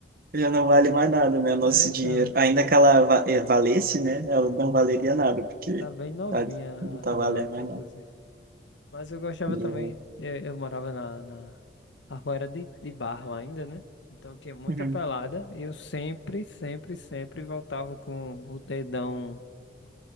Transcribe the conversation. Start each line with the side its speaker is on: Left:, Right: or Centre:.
Right: já não vale mais nada, né? O nosso
Left: É, então.
Right: dinheiro. Ainda que ela va- eh, valesse, né? Ela não valeria nada, porque
Left: Tá bem novinha
Right: tá- não tá
Left: a,
Right: valendo
Left: a nota,
Right: mais
Left: inclusive.
Right: nada.
Left: Mas eu gostava
Right: E,
Left: também. Eu, eu morava na, na. A rua era de, de barro ainda, né? Então tinha muita
Right: uhum.
Left: pelada. Eu sempre, sempre, sempre voltava com o dedão.